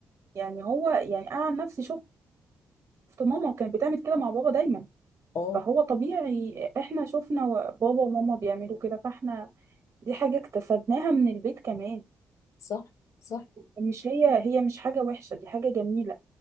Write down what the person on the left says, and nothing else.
اه
صح صح